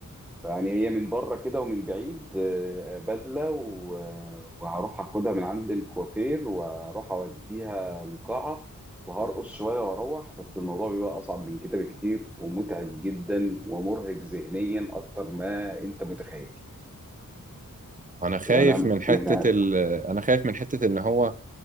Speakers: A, in the centre; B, on the right.
A: فيعني هي من بره كده ومن بعيد آه، بدلة و- آه، وهروح اخدها من عند الكوافير واروح اوديها القاعة وهرقص شوية واروح بس الموضوع بيبقى اصعب من كده بكتير ومتعب جدا ومرهق ذهنيا اكتر ما انت متخيل
B: أنا خايف
A: انا
B: من حتة
A: يعني
B: ال... أنا خايف من حتة إن هو